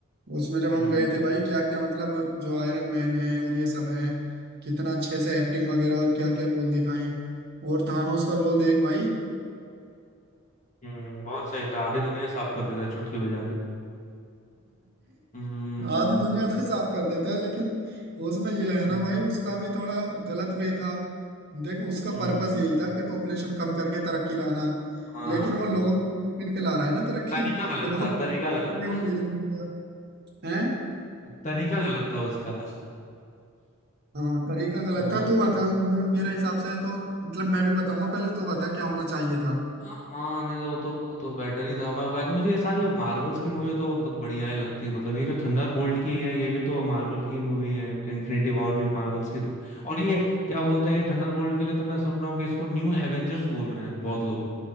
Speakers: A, on the right; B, on the left.
A: उसमें जब हम
B: हम्म
A: गए थे भाई क्या क्या मतलब जो आयरन मैन है और ये सब हैं कितना अच्छे से एक्टिंग वगैरह और क्या क्या रोल दिखाए और थानोस का रोल देख भाई <laughs>
B: हम्म बहुत सही था आधी दुनिया साफ कर देता चुटकी बजा के हम्म
A: आधी दुनिया तो साफ कर देता है लेकिन उसमें ये है
B: हम्म
A: ना भाई उसका भी थोड़ा गलत वे था देख उसका
B: हम्म,
A: पर्पस यही था कि पॉपुलेशन कम करके तरक्की लाना
B: हाँ
A: लेकिन वो लोगों को मार करके ला रहा है ना तरक्की
B: तरीका
A: <laughs>
B: गलत
A: तो वो वो
B: था तरीका गलत था
A: विलन बन गया है
B: तरीका गलत था उसका
A: हाँ तरीका गलत
B: हाँ
A: था तू बता मे- मेरे हिसाब से तो मतलब मैं भी बताऊंगा पहले तू बता क्या होना चाहिए था
B: हाँ नहीं तो वो तो वो तो बेटर ही था मैं वो कहा कि मुझे ये सारी मार्वल्स की मूवी तो बहुत बढ़िया ही लगती है मतलब ये जो थंडर बोल्ट की है ये भी तो मार्वल की मूवी है इन्फिनिटी वॉर भी मार्वल्स की थी और ये क्या बोलते हैं थंडर बोल्ट के लिए तो मैं सुन रहा हूँ कि इसको न्यू एवेंजर्स बोल रहे हैं बहुत लोग